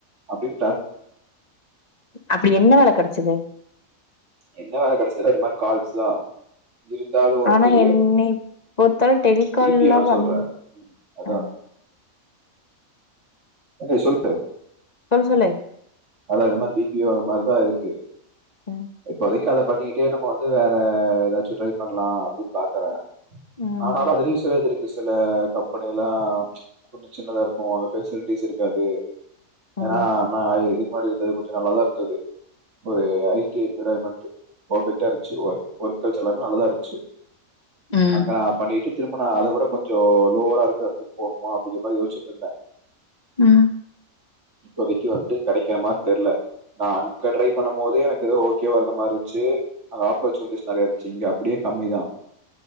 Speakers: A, on the right; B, on the left.
A: அப்டின்
B: அப்டி என்ன வேல கடச்சுது
A: என்ன வேல கடச்சதுனா இது மாரி கால்ஸ் தா இருந்தாலு வந்ட்டு
B: ஆனா என்னிப் பொறுத்தல் டெலிகால்லா
A: பி பி ஓ நா
B: பண்ணும்
A: சொல்றே அதா
B: அ
A: ஏன் டி சொல்லு
B: ஆ சொல்லு
A: அதா இத மாரி பி பியு அது மாரி தா இருக்கு
B: ம்
A: இப்போதைக் கத பண்ணிகிட்டே நம்மோ வந்து வேற ஏதாச்சும் ட்ரை பண்லா அப்டின் பாக்கற
B: ம்
A: ஆனாலு அது <unintelligible> ஒரு சில கம்பெனிலா கொஞ்ச சின்னதா இருக்கும் அங்க பெசிலிட்டிஸ் இருக்காது
B: ம்.
A: ஏனா நா இ இது முன்னாடி இருந்தது கொஞ்சோ நல்லாதா இருந்தது ஒரு ஐ டி என்வைரன்மென்ட்டு பர்ஃபெக்ட்டா இருந்ச்சு ஒ ஒர்க் கல்ச்சர் எல்லாமே நல்லதா இருந்துச்சு
B: ம்
A: அங்க நா பண்ணிகிட்டு திரும்ப நா அத வுட கொஞ்சோ லோவரா இருக்கற பட்ஜெட் போணுமா அப்டிங்ற மாரி யோசிட்டு இருந்த
B: ம்
A: இப்போதைக்கு வந்து கெடைக்க மார் தெர்ல நா அங் க ட்ரை பண்ணும் போதே எனக்கு இது ஓகேவா இருந்த மாரி இருந்ச்சு அங்க ஆப்பர்ச்சுனிட்டிஸ் நறைய இருந்துச்சு இங்க அப் அப்டியே கம்மி தா